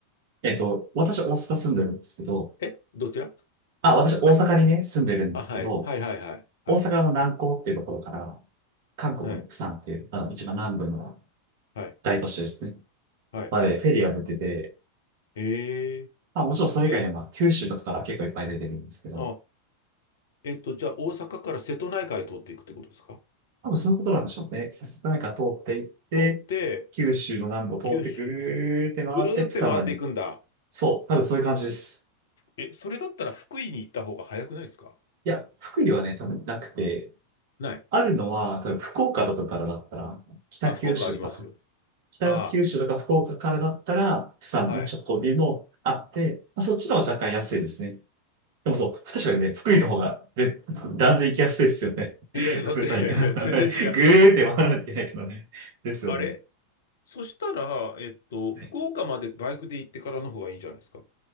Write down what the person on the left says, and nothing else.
えどちら
あ、はい。はいはいはい。はい。
はい。
はい。
はい。
えー、
え、
あ、えっと、じゃあ大阪から瀬戸内海通っていくってことですか
通って、
九州、ぐるーって回っていくんだ。
え、それだったら福井に行った方が早くないですか
ない。
あ、福岡ありますよ。
あ
あ、はい。
いや、だって
<laughs> 全然違う
あれそしたら、えっと、
福岡までバイクで行ってからの方がいいんじゃないですか